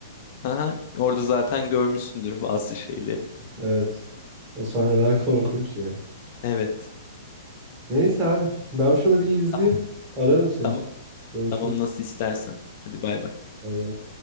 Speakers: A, on the left; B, on the right.
A: Aha orada zaten görmüşsündür bazı şeyleri.
B: Evet. O sahneler <laughs> korkunç ya.
A: Evet.
B: Neyse abi. Ben şunu bir izleyeyim.
A: Tamam.
B: Ararım seni
A: Tamam.
B: sonra. Konuşuruz.
A: Tamam nasıl istersen. Hadi bay bay.
B: Bay bay.